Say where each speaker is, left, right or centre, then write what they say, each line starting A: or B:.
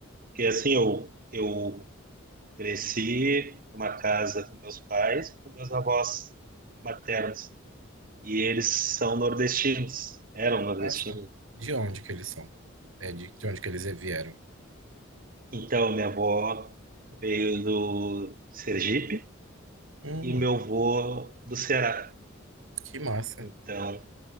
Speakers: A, on the right (about 45°); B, on the right (about 75°).
A: porque assim, eu, eu cresci numa casa com meus pais, com meus avós maternos, e eles são nordestinos, eram nordestinos
B: massa. De onde que eles são? É, de, de onde que eles vieram?
A: Então, minha avó veio do Sergipe
B: Hum,
A: e meu avô do Ceará.
B: que massa.
A: Então,